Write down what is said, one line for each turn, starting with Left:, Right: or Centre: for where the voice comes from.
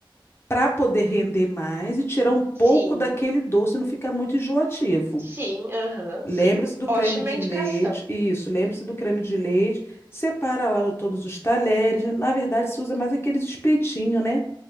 Left: para poder render mais e tirar um pouco
Right: Sim.
Left: daquele doce, não ficar muito enjoativo.
Right: Sim, aham,
Left: Lembre-se
Right: sim.
Left: do
Right: Ótima
Left: creme de
Right: indicação.
Left: leite, isso, lembre-se do creme de leite, separa lá o- todos os talheres, né? na verdade se usa mais aqueles espetinhos, né,